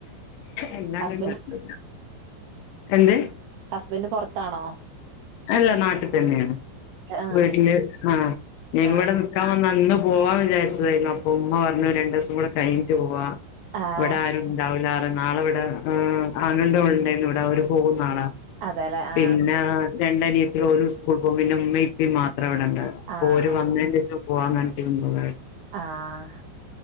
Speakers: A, on the left (about 80°); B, on the right (about 80°).
A: അയ്ലാണ്ട്
B: ഹസ്ബൻഡ്
A: ണ്ടാക്കല് എന്ത്
B: ഹസ്ബന്റ് പൊർത്താണോ?
A: അല്ല. നാട്ടിൽ തന്നെയാണ്.
B: ആഹ്
A: വീട്ടില് ആ ഇവടെ
B: ആഹ്
A: ക്കാൻ വന്നാ. ഇന്ന് പോവാൻ വിചാരിച്ചതായിരുന്നു. അപ്പ ഉമ്മ പറഞ്ഞു, രണ്ട് ദിവസം കൂടെ കഴിഞ്ഞിട്ടു പോവാ.
B: ആഹ്
A: ഇവടെ ആരും ണ്ടാവൂലാറ നാളെ ഇവടെ ആങ്ങൾൻ്റെ ഓൾ ണ്ടായ്ന്ന് ഇവടെ അവര് പോകും നാളാ
B: അതെല്ലെ
A: പിന്നെ
B: ആഹ്
A: രണ്ടനിയത്ത്യേള് ഓല് സ്കൂൾക്കോവും പിന്നെ ഉമ്മിം ഇപ്പിം മാത്രാ വടെ ണ്ടാവ. അപ്പൊ
B: ആഹ്
A: ഓര് വന്നേൻ്റെഷം പോവാന്നർഞ്ഞ്ട്ട് നിന്നതാണ്.
B: ആഹ്